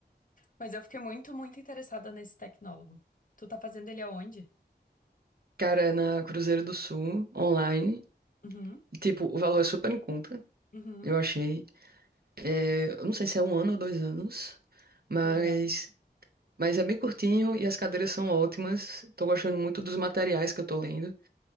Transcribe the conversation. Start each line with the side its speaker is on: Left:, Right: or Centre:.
Left: Mas eu fiquei muito, muito interessada nesse tecnólogo. Tu tá fazendo ele aonde?
Right: Cara, é na Cruzeiro do Sul, online.
Left: Uhum,
Right: E, Tipo, o valor é super em conta,
Left: uhum,
Right: eu achei. É, eu não sei se é um ano ou dois anos, mas
Left: legal.
Right: Mas é bem curtinho e as cadeiras são ótimas. Tô gostando muito dos materiais que eu tô lendo.